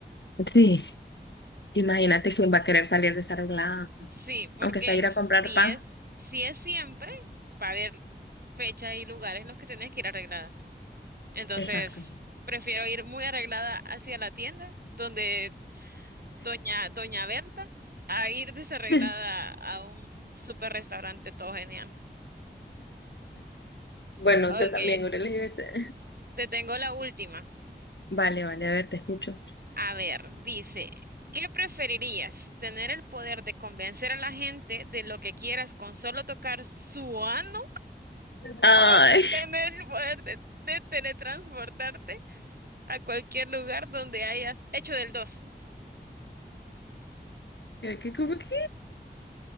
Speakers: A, on the left; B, on the right.
A: Sí, imagínate quién va a querer salir desarreglada,
B: Sí, porque
A: aunque sea ir a
B: si
A: comprar pan.
B: es, si es siempre, va a haber fechas y lugares en los que tenés que ir arreglada. Entonces,
A: Exacto.
B: prefiero ir muy arreglada hacia la tienda, donde doña, doña Berta, a ir desarreglada
A: <laughs>
B: a un super restaurante todo genial.
A: Bueno,
B: Ok,
A: yo también hubiera elegido ese.
B: te tengo la última.
A: Vale, vale, a ver, te escucho.
B: A ver, dice, ¿qué preferirías? ¿Tener el poder de convencer a la gente de lo que quieras con solo tocar su ano?
A: Ay,
B: <laughs> ¿Tener el poder de, de teletransportarte a cualquier lugar donde hayas hecho del dos.
A: que, que como que